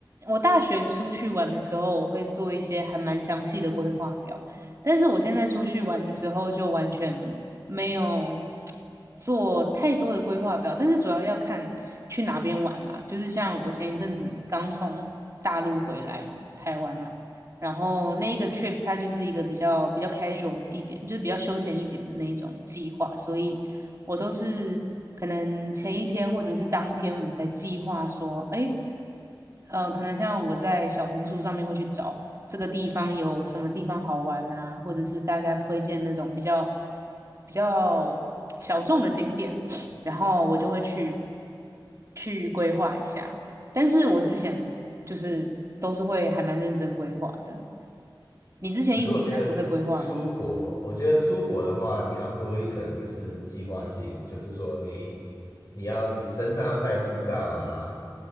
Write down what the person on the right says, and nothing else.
我大学出去玩的时候，我会做一些还蛮详细的规划表，但是我现在出去玩的时候，就完全没有做太多的规划表，但是主要要看去哪边玩啦。就是像我前一阵子刚从大陆回来台湾嘛，然后那一个 trip 它就是一个比较比较 casual 一点，就是比较休闲一点的那一种计划，所以我都是可能前一天或者是当天我才计划说，哎，呃，可能像我在小红书上面会去找这个地方有什么地方好玩啊，或者是大家推荐那种比较比较小众的景点，然后我就会去去规划一下。但是我之前就是都是会还蛮认真规划的。你之前一直以来都会规划吗？